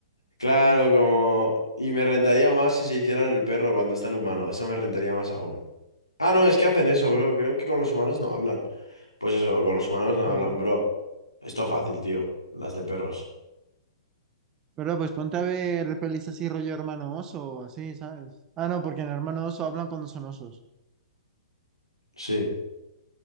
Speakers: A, on the left; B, on the right.
A: Claro, como... Y me rentaría más si se hicieran el perro cuando está el humano. Eso me rentaría más aún. Ah, no, es que hacen eso,
B: Ya,
A: bro. Creo que con los humanos no hablan. Pues eso, con los humanos no hablan,
B: no.
A: bro. Esto fácil, tío. Las de perros.
B: Pero pues ponte a ver pelis así rollo hermano oso o así, ¿sabes? Ah, no, porque en hermano oso hablan cuando son osos.
A: Sí.